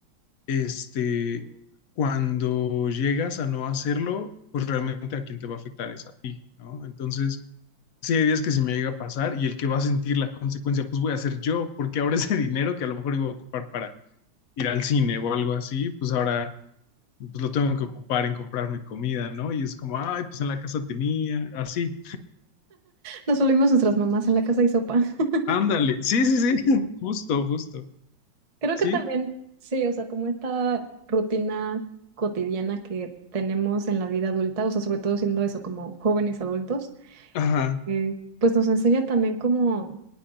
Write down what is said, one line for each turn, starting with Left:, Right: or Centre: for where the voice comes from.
Left: este, cuando llegas a no hacerlo, pues realmente a quien te va a afectar es a ti, ¿no? Entonces, sí hay días que se me llega a pasar y el que va a sentir la consecuencia, pues voy a ser yo, porque ahora ese <laughs> dinero que a lo mejor iba a ocupar para ir al cine o algo así, pues ahora pues lo tengo que ocupar en comprarme comida, ¿no? Y es como, ay, pues en la casa tenía, así.
Right: nos volvimos nuestras mamás en la casa y sopa. <laughs>
Left: Ándale, sí, sí, sí, <laughs> justo, justo,
Right: Creo
Left: ¿sí?
Right: que también, sí, o sea, como esta rutina cotidiana que tenemos en la vida adulta, o sea, sobre todo siendo eso, como jóvenes adultos,
Left: Ajá,
Right: eh, pues nos enseña también como